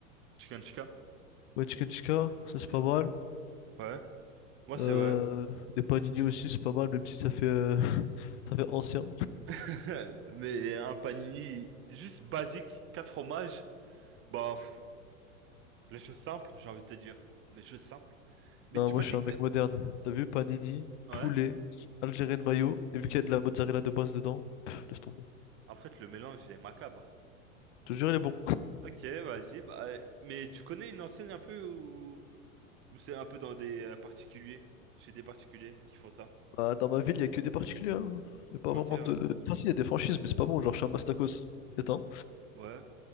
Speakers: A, on the right; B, on the left.
A: Chicken tikka.
B: ouais, chicken tikka, ça c'est
A: Mmh.
B: pas mal.
A: Ouais, moi
B: Euh,
A: c'est vrai.
B: des panini aussi, c'est pas mal, même si ça fait, euh, <laughs> ça fait ancien.
A: <laughs> Mais un panini juste basique, quatre fromages, bah, pff, les choses simples, j'ai envie de te dire. Les choses simples. Mais
B: Non,
A: tu
B: moi
A: m'as
B: je
A: dit
B: suis un
A: que
B: mec
A: t'es-
B: moderne. T'as vu, panini,
A: Ouais,
B: poulet, algérien de mayo, et vu qu'il y a de la mozzarella de base dedans, pff, laisse tomber.
A: en fait, le mélange, il est macabre.
B: Je te jure, il est bon.
A: Ok, vas-y, bah, euh, mais tu connais une enseigne un peu où, où c'est un peu dans des euh, particuliers, chez des particuliers qui font ça?
B: Bah, dans ma ville, il y a que des particuliers. Hein. Il y a pas
A: Ok,
B: vraiment
A: ouais.
B: de. Enfin, si, il y a des franchises, mais c'est pas bon. Genre, chez Mastakos est un.
A: Ouais,